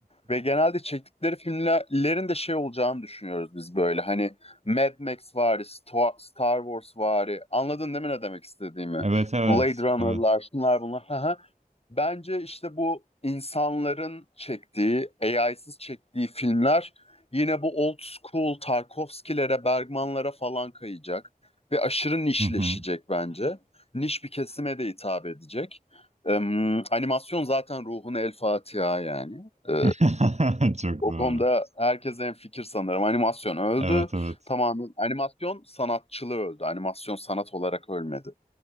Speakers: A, on the left; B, on the right.
A: Ve genelde çektikleri filmlerin de şey olacağını düşünüyoruz biz böyle. Hani Mad Max vari, Star Wars vari. Anladın değil mi ne demek istediğimi?
B: Evet evet
A: Blade Runner'lar,
B: evet.
A: şunlar bunlar. <laughs> Hı hı. Bence işte bu insanların çektiği, AI'sız çektiği filmler yine bu old school Tarkovski'lere, Bergman'lara falan kayacak. Ve aşırı nişleşecek
B: Hı hı.
A: bence. Niş bir kesime de hitap edecek. Em, animasyon zaten ruhuna el Fatiha yani. Ee,
B: <laughs> Çok
A: o
B: doğru.
A: konuda herkes en fikir sanırım. Animasyon öldü.
B: Evet evet.
A: Tamamen animasyon sanatçılığı öldü. Animasyon sanat olarak ölmedi.